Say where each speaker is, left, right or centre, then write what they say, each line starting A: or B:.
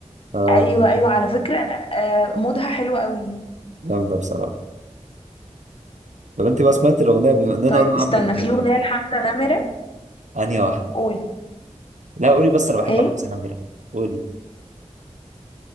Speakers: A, on the right; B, on the left.
A: آه
B: ايوه
A: أغنية
B: ايوه على فكره آه، مودها حلو قوي
A: جامدة بصراحة طب أنت بقى سمعت الأغنية بما إننا
B: طيب
A: قلنا
B: استنى
A: عمرو دياب
B: في اغنيه لحمزه نمره
A: أنهي واحدة؟
B: قول
A: لا قولي بس أنا بحب
B: ايه
A: حمزة نمرة قولي